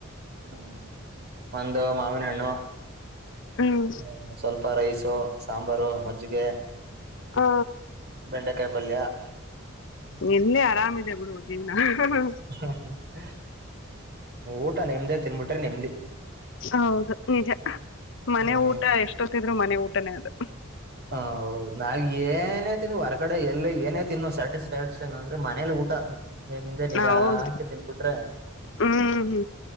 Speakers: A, on the right; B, on the left.
A: ಹ್ಮ್ ಒಂದು ಮಾವಿನ ಹಣ್ಣು
B: ಹ್ಮ್
A: ಹ್ಮ ಸ್ವಲ್ಪ ರೈಸು ಸಾಂಬಾರು ಮಜ್ಜಿಗೆ
B: ಹ
A: ಬೆಂಡೆಕಾಯ್ ಪಲ್ಯ <unintelligible>
B: ನಿಂದೆ ಆರಾಮದೆ ಬಿಡು ಜೀವ್ನಹಃ ಹಃ
A: ಹಾ ಹಾ ಹ ಊಟ ನಿಮ್ದೆ ತಿನ್ಬಿಟ್ರೆ ನೆಮ್ಮದಿ
B: ಹೌದು ನಿಜ ಮನೆ
A: ಹ್ಮ್
B: ಊಟ ಎಷ್ಟೊತ್ತ ಆದ್ರು ಮನೆ ಊಟನೇ ಅದು.
A: ಹ ಹೌದು ನಾವ್ ಏನೇ ತಿಂದ್ರು ಹೊರ್ಗಡೆ ಎಲ್ಲ ಏನೇ ತಿಂದರೂ ಸ್ಯಾಟಿಸ್ಫ್ಯಾಕ್ಷನ್ ಅಂದ್ರೆ ಮನೇಲಿ ಊಟ. ನಿಮ್ದೆ ನಿಧಾನಕ್ಕೆ
B: ಹ ಹೌದು
A: ತಿನ್ಬಿಟ್ರೆ
B: ಹ್ಮ್